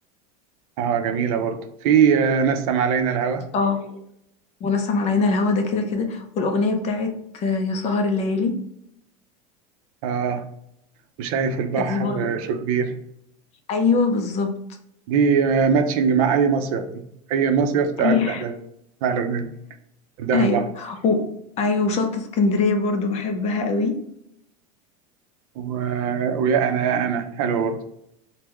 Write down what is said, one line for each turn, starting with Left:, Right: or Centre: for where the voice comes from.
Right: اه جميله برضه في آه، نسم علينا الهوى
Left: اه ونسم على عين الهوا ده كده كده والأغنية بتاعت آه، يا سهر الليالي
Right: اه وشايف البحر
Left: دي برضو
Right: آه، شو كبير
Left: ايوه بالظبط
Right: دي آه ماتشنج مع اي مصيف دي اي مصيف تقعد
Left: ايوه
Right: تحلم مع الاغنيه قدام
Left: ايوه
Right: البحر
Left: و- ايوه وشط اسكندرية برضو بحبها قوي
Right: و... ويا انا يا انا حلوه برضه